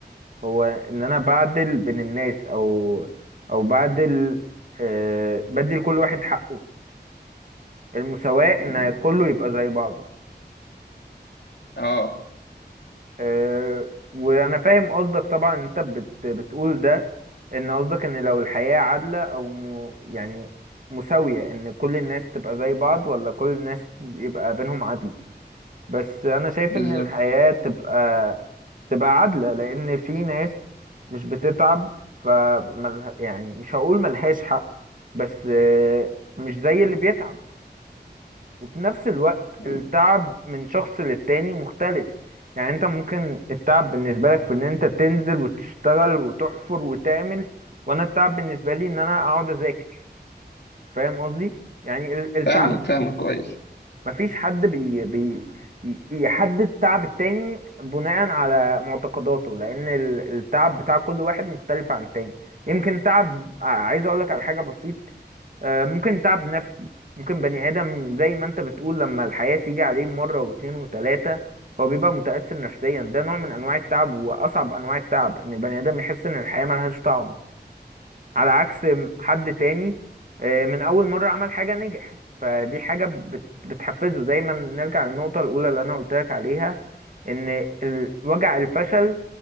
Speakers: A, on the right; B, on the left.
A: هو ان انا بعدل بين الناس او او بعدل آه بدي لكل واحد حقه المساواة
B: أمم.
A: ان كله يبقى زي بعضه
B: آه
A: آه وانا فاهم قصدك طبعا انت بت بتقول ده ان قصدك ان لو الحياة عادلة او م يعني مساوية ان كل الناس تبقى زي بعض ولا كل الناس يبقى بينهم عدل بس انا شايف
B: بالظبط
A: ان الحياة تبقى تبقى عادلة لأن في ناس مش بتتعب فملها يعني مش هقول ملهاش حق بس آه، مش زي اللي بيتعب وفي نفس الوقت
B: أمم.
A: التعب من شخص للتاني مختلف يعني انت ممكن التعب بالنسبة لك في ان انت تنزل وتشتغل وتحفر وتعمل وانا التعب بالنسبة لي ان انا اقعد اذاكر فاهم قصدي؟ يعني ال- التعب
B: فاهمك فاهمك كويس
A: مفيش حد بي بي ي- يحدد تعب التاني بناء على معتقداته لأن ال- التعب بتاع كل واحد مختلف عن التاني يمكن تعب ع- عايز أقولك على حاجة بسيط آه، ممكن تعب نفسي ممكن بني آدم زي ما أنت بتقول لما الحياة تيجي عليه مرة واتنين وتلاتة هو بيبقى متأثر نفسيا ده نوع من أنواع التعب وأصعب أنواع التعب إن البني آدم يحس إن الحياة ملهاش طعم على عكس حد تاني آه، من اول مرة عمل حاجة نجح فدي حاجة بت- بتحفزه زي ما نرجع للنقطة الاولى اللي انا قلت لك عليها ان ال- وجع الفشل